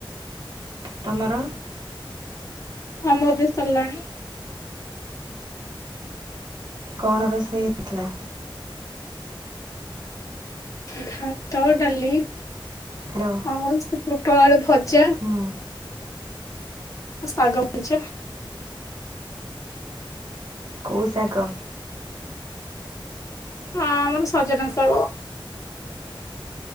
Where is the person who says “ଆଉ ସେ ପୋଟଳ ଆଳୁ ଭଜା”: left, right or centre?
Left